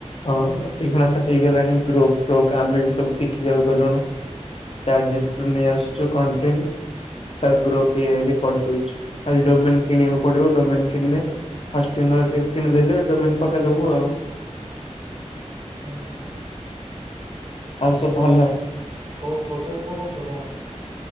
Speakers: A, on the left (about 50°); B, on the right (about 50°).
A: ହଁ ଏଇଖେଣା ତ ହେଇଗଲାଣି ଗ୍ରୋପେ ପ୍ରେଗ୍ରାମରେ ବି ସବୁ ଶିଖିବାକୁ ଗଲୁଣୁ। ଚାଟ୍ ଜିପିଟିରୁ ନେଇ ଆସୁଚୁ କଣ୍ଟେଣ୍ଟ୍। ଗ୍ର <unintelligible> ପଛି ଖାଲି ଡୋମନ୍ କିଣିବାକୁ ପଡିବ ଡୋମନ୍ କିଣିଲେ ଫାଷ୍ଟିିନ୍ରରେ ଡ୍ରିଙ୍କ୍ସ୍ କିଣି ଦେଲେ ଡୋମିନ ପକେଇଦବୁ ଆଉ।
B: ହୁଁ
A: ଆଉ ସବୁ
B: କଣ
A: ଭଲ
B: କୋଉ ପ୍ରୋଜେକ୍ଟ ବନଉଚ କଣ?